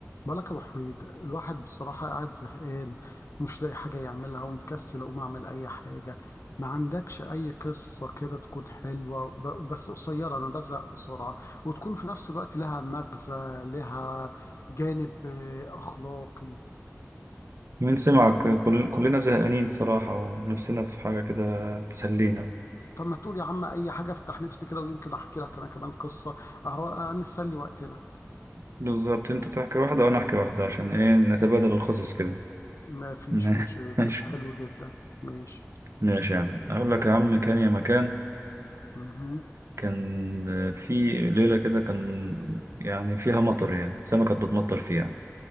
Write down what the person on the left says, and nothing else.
بالك يا ابو حميد الواحد بصراحه قاعد زهقان مش لاقي حاجه يعملها ومكسل اقوم اعمل اي حاجه ما عندكش اي قصه كده تكون حلوه ب- بس قصيره انا بزهق بسرعه وتكون في نفس الوقت لها مغزى لها جانب آه، اخلاقي
و-
طب ما تقول يا عم اي حاجه افتح نفسي كده ويمكن احكي لك انا كمان قصه اهو آه، نسلي وقتنا
ما فيش
مشاكل
حلو جدا ماشي
مهم.